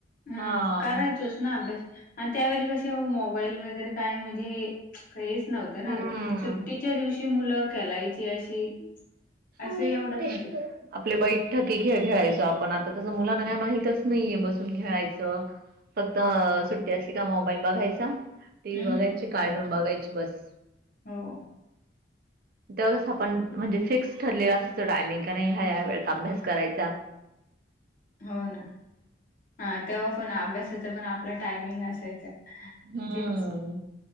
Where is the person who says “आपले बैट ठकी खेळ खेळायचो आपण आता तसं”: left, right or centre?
Right